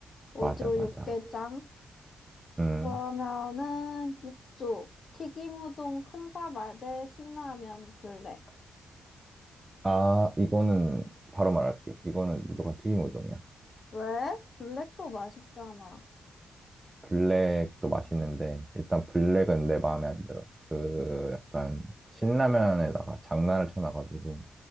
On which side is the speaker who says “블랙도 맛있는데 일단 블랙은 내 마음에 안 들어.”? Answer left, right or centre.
Right